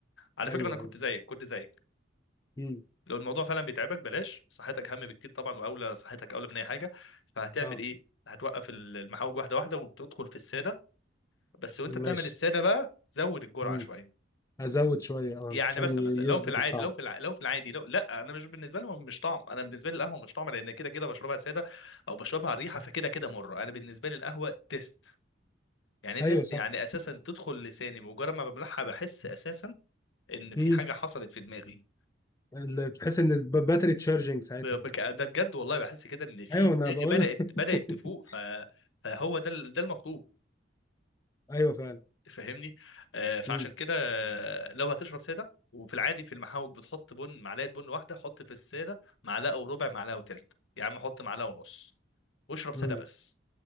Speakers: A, on the left; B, on the left.
A: على
B: ايوه
A: فكره انا كنت
B: ايوه
A: زيك كنت زيك
B: امم
A: لو الموضوع فعلا بيتعبك بلاش صحتك اهم بكتير طبعا واولى صحتك اولى من اي حاجه فهتعمل
B: اه
A: ايه هتوقف المحاوج واحده واحده وبتدخل في الساده بس وانت بتعمل
B: ماشي
A: الساده بقى زود الجرعه
B: امم
A: شويه
B: ازود شويه اه
A: يعني
B: عشان
A: مثلا
B: يظبط
A: مثلا لو في العادي
B: الطعم
A: لو في الع... لو في العادي لو لا انا مش بالنسبه لي مش طعم انا بالنسبه لي القهوه مش طعم لان كده كده بشربها ساده او بشربها ريحه فكده كده مره انا بالنسبه لي القهوه تيست يعني
B: ايوه
A: تيست
B: صح
A: يعني اساسا تدخل لساني مجرد ما ببلعها بحس اساسا ان في
B: امم
A: حاجه حصلت في دماغي
B: ال- بتحس ان الباتري تشارجنج ساعتها
A: ب- بك... ده بجد والله بحس كده ان في
B: ايوه
A: دماغي
B: انا بقول
A: بدأت
B: لك.
A: بدأت
B: <laughs>
A: تفوق ف... فهو ده ال- ده المطلوب
B: ايوه فعلا
A: فاهمني آه فعشان
B: امم
A: كده آه، لو هتشرب ساده وفي العادي في المحاوج بتحط بن معلقه بن واحده حط في الساده معلقه وربع معلقه وتلت يا عم حط معلقه ونص واشرب ساده
B: امم
A: بس